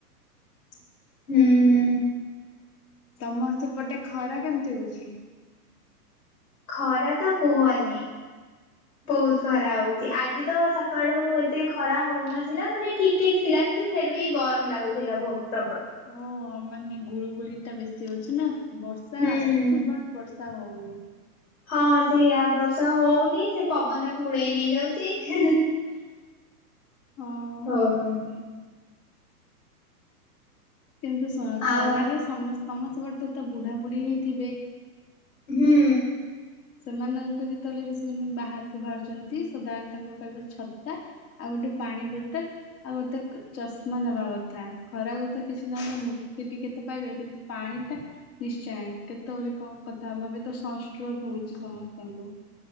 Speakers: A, on the left; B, on the left.
A: <unintelligible>
B: ହୁଁ।
A: ତମସେପଟେ ଖରା କେମିତି ହଉଛି?
B: ଖରା ତ କୁହନି। ବହୁତ ଖରା ହଉଛି ଆଜି ତ ସକାଳୁ ଏତେ ଖରା ହଉନଥିଲା ମାନେ ଠିକ ଠିକ ଥିଲା କିନ୍ତୁ। ଫେର ବି ଗରମ ଲାଗୁଥିଲା ବହୁତ ପ୍ରବଳ।
A: ହଁ ମାନେ ଗୁଳୁଗୁଳିଟା ବେଶୀ ହଉଛି ନା ବର୍ଷା
B: ହୁଁ।
A: ଆସୁଛି ବଟ୍। ବର୍ଷା ହୋଉନି।
B: ହଁ ସେୟା ବର୍ଷା ହୋଉନି ସେ ପବନ ତାକୁ ଉଡେଇ ନେଇ ଯାଉଚି।
A: ହଁ
B: ହ ନ।
A: କିନ୍ତୁ ଶୁଣ
B: ଆଉ
A: ଖରାରେ ସମସ ତମ ସେପଟେ ତ ଏକ ତ ବୁଢା ବୁଢ଼ୀ ହିଁ ଥିବେ।
B: ହୁଁ।
A: ସେମାନଙ୍କୁ ଯେତେବେଳେ ବି ସେମାନେ ବାହାରୁକୁ ବାହାରୁଛନ୍ତି ସଦାବେଳେ ତାଙ୍କୁ କହିବେ ଛତା। ଆଉ ଗୋଟେ ପାଣି ବୋଟଲ। ଆଉ ଗୋଟେ କ ଚଷମା ନବାକଥା ଖରାକୁ ତ କିଛି ନହେଲେ ମୁକ୍ତି ଟିକେ ତ ପାଇବେ କିନ୍ତୁ। ପାଣିଟା ନିଶ୍ଚୟ କେତେବଳେ କଣ କଥାହବ ଏବେ ତ ସନଷ୍ଟ୍ରୋକ ହୋଉଛି ସମସ୍ତଙ୍କୁ।